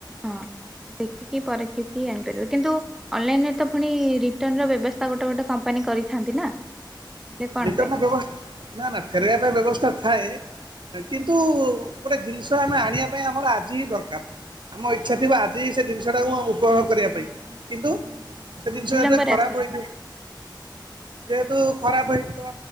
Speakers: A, in the centre; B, on the right (about 75°).
A: ହଁ ଦେଖିକି ପରକ୍ଷିକି ଆଣିପାରିବ କିନ୍ତୁ ଅନଲାଇନରେ ତ ପୁଣି ରିଟର୍ନଣ ର ବ୍ୟବସ୍ଥା ଗୋଟେ ଗୋଟେ କମ୍ପାନୀ କରିଥାନ୍ତି ନା। ତାହେଲେ କଣ
B: ରିଟର୍ନ
A: ପାଇଁ
B: ର ବ୍ୟବସ୍ ନା ନା ଫେରାଇବା ପାଇଁ ବ୍ୟବସ୍ଥା ଥାଏ। କିନ୍ତୁ ଗୋଟେ ଜିନିଷ ଆମେ ଆଣିବା ପାଇଁ ଆମର ଆଜି ହିଁ ଦରକାର। ଆମ ଇଚ୍ଛା ଥିବ ଆଜି ସେ ଜିନିଷଟାକୁ ଉପଭୋଗ କରିବା ପାଇଁ। କିନ୍ତୁ ସେ ଜିନିଷ
A: ବିଳମ୍ବରେ
B: ଏତେ ଖରାପ
A: ଆସେ
B: ହୋଇଥି ଯେହେତୁ ଖରାପ ହେଇ ବ